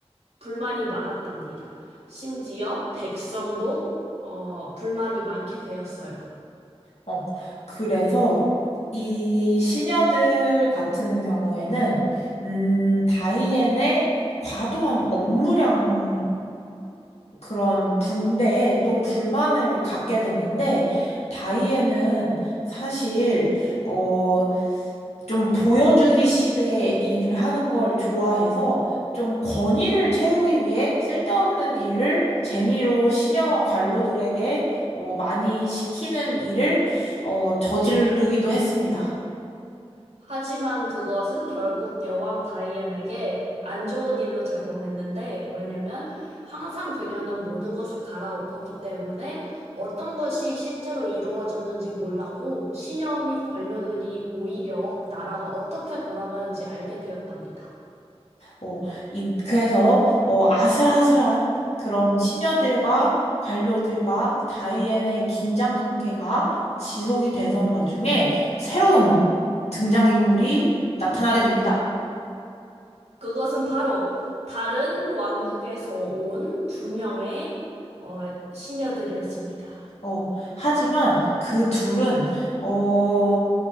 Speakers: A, on the right; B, on the left.
A: 불만이 많았답니다. 심지어 백성도 어, 불만이 많게 되었어요.
B: 어, 그래서 이 시녀들 같은 경우에는, 음, 다이앤의 과도한 업무량 그런 분배에 또 불만을 갖게 됐는데, 다이앤은 사실, 어, 좀 보여주기식의 일을 하는 걸 좋아해서, 좀 권위를 채우기 위해 쓸데없는 일을 재미로 시녀와 관료들에게 어, 많이 시키는 일을 어, 저지르기도 했습니다.
A: 하지만 그것은 결국 여왕 다이앤에게 안 좋은 일로 작용했는데, 왜냐면 항상 그녀는 모든 것을 갈아엎었기 때문에 어떤 것이 실제로 이루어졌는지 몰랐고, 신녀 및 관료들이 오히려 나라가 어떻게 돌아가는지 알게 되었답니다.
B: 어, 이, 그래서 어, 아슬아슬한 그런 시녀들과 관료들과 다이앤의 긴장 관계가 지속이 되던 와중에 새로운 등장인물이 나타나게 됩니다.
A: 그것은 바로 다른 왕국에서 온 두 명의 어, 시녀들이었습니다.
B: 어, 하지만 그 둘은, 어,